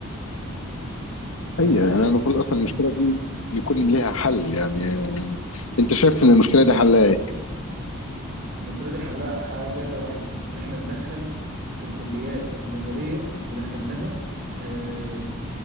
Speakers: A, on the right (about 50°); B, on the left (about 75°).
A: وهشد
B: هي يعني
A: حيلي
B: المفروض اصلا المشكله دي يكون ليها حل يعني آه، انت شايف ان المشكله دي حلها ايه
A: المشكلة دي حلها حاجة واحدة بس إن إحنا ندخل في الكليات النظرية ندخل لها آم،